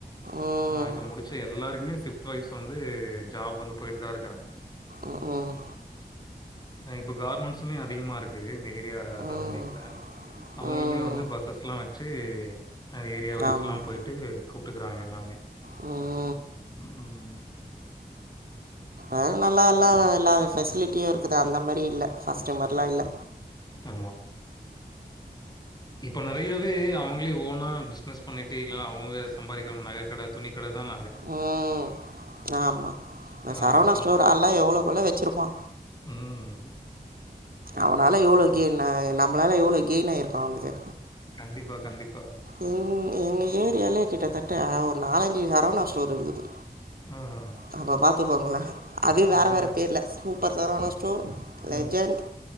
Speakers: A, on the right; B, on the left.
A: ம்
B: அ இப்ப முடிச் ச்ச எல்லாருமே வந்து ஷிஃப்ட் வைஸ் வந்து ஜாப் வந்து போயிட்டு தா இருக்காங்க
A: ம் ம்
B: அ இப்போ கார்மெண்ட்ஸுமே அதிகமா இருக்கு இந்த ஏரியா சரவுண்டிங்ல
A: ம்
B: அவங்களுமே
A: ம்
B: வந்து பஸ்ஸஸ்லா வெச்சு அ ஏரியா வைஸ்ல்லா
A: ஆமாம்
B: போய் ட்டு கூப்ட்டுக்குறாங் எல்லாமே
A: ம்
B: ம்
A: ஆ நல்லாலா எல்லா ஃபெசிலிட்டியு இருக்குது அந்த மாரி இல்ல ஃபர்ஸ்ட்டு மாரில்லா இல்ல
B: ஆமா இப்ப நறையவே அவுங்ளே ஓனா பிஸ்னஸ் பண்ணிட்டு இல்லனா அவுங்க சம்பாரிக்கிற நக கட துணி கட தான
A: ம் ஆமா இந்த சரவணா
B: ஆமா. கம்
A: ஸ்டோர் ஆள்ளா எவ்ளோக்கொள்ள வெச்சிருப்பா
B: ம்.
A: அவனால எவ்ளோ கெயின்ன நம்மளால எவ்ளோ கெயின் ஆயிருக்கோ அவனுக்கு
B: கண்டிப்பா கண்டிப்பா
A: எங் எங்க ஏரியாலே கிட்டத்தட்ட ஒரு நாலஞ்சு சரவணா ஸ்டோர் இருக்குது
B: ம்
A: எம்பா பாத்துப்பாங்கள அதே வேற
B: அதுதான்
A: வேற பேர்ல்
B: பாருங்க.
A: சூப்பர் சரவணா ஸ்டோர் லெஜண்ட்
B: ம்,